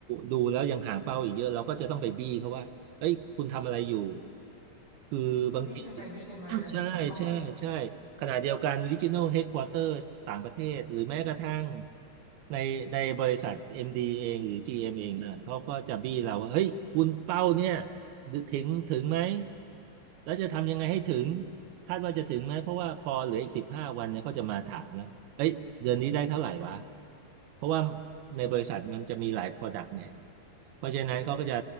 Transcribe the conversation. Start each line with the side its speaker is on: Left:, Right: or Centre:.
Right: ดูแล้วยังห่างเป้าอีกเยอะเราก็จะต้องไปบี้เขาว่าเอ้ยคุณทำอะไรอยู่คือบางที
Left: ก็บี้กันไปบี้กันมาเป็นทอด
Right: ใช่ใช่ใช่ขณะเดียวกัน Regional Headquarter ต่างประเทศหรือแม้กระทั่งในในบริษัท MD เองหรือ GM เอมเองเนี่ยเขาก็จะบี้เราว่าเฮ้ยคุณเป้าเนี่ยถึงถึงไหมแล้วจะทำยังไงให้ถึงคาดว่าจะถึงไหมเพราะว่าพอเหลืออีกสิบห้าวันเนี่ยเขาจะมาถามแล้ว เอ้ยเดือนนี้ได้เท่าไหร่วะเพราะว่าในบริษัทมันจะมีหลาย Product ไงเพราะฉะนั้นเขาก็จะ